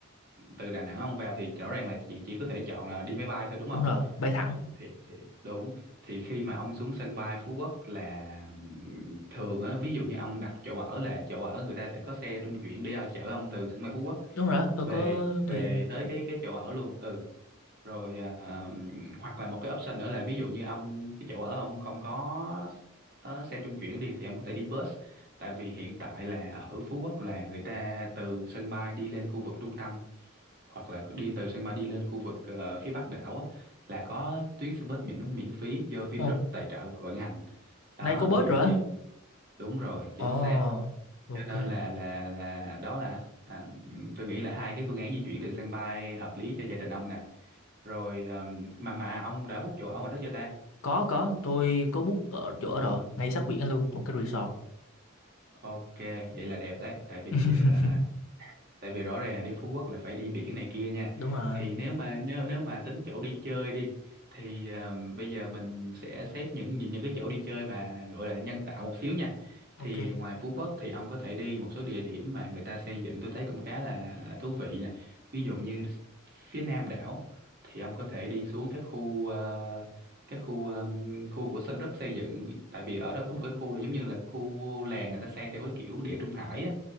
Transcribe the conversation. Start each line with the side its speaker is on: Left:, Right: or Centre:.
Right: từ Đà Nẵng ông vào thì rõ ràng là chị chỉ có thể chọn là đi máy bay thôi đúng không?
Left: đúng rồi, bay thẳng.
Right: Thì, thì, thì đúng thì khi mà ông xuống sân bay Phú Quốc là ừm, thường á ví dụ như ông đặt chỗ ở là chỗ ở người ta sẽ có xe trung chuyển để ờ, chở ông từ sân bay Phú Quốc
Left: Đúng rồi, đó, tôi
Right: về
Left: có
Right: về
Left: thuyền.
Right: tới cái cái chỗ ở luôn. Ừ rồi à, hoặc là một cái option nữa là ví dụ như ông cái chỗ ở ông không có ờ, xe trung chuyển đi thì ông có thể đi bus tại vì hiện tại là ở Phú Quốc là người ta từ sân bay đi lên khu vực trung tâm hoặc là đi từ sân bay đi lên khu vực ờ, phía Bắc đảo á, là có tuyến xe bus miễn miễn phí do Vingroup
Left: Ồ,
Right: tài trợ và vận hành đó
Left: nay có bớt
Right: thì
Left: rồi
Right: thì
Left: á.
Right: đúng rồi chính
Left: Ồ,
Right: xác
Left: ok.
Right: cho nên là là là đó là à, tôi nghĩ là hai cái phương án di chuyển từ sân bay hợp lý cho gia đình ông nè rồi ừm, mà mà ông đã book chỗ ở ngoài đó chưa ta
Left: có có tôi có book ở chỗ rồi ngay sát biển luôn một cái resort
Right: ok vậy là đẹp đấy tại vì
Left: <laughs>
Right: à, tại vì rõ ràng là đi Phú Quốc là phải đi biển này kia nha
Left: đúng rồi
Right: thì nếu Ừ. mà nếu nếu mà tính chỗ đi chơi đi thì ờm, bây giờ mình sẽ xét những, những những cái chỗ đi chơi mà gọi là nhân tạo một xíu nha
Left: ok
Right: thì ngoài Phú Quốc thì ông có thể đi một số địa điểm mà người ta xây dựng tôi thấy cũng khá là thú vị nè ví dụ như phía nam đảo thì ông có thể đi xuống các khu ờ, các khu ờm, khu của Sun Group xây dựng tại vì ở đó có một cái khu là giống như là khu làng người ta xây theo cái kiểu Địa Trung Hải á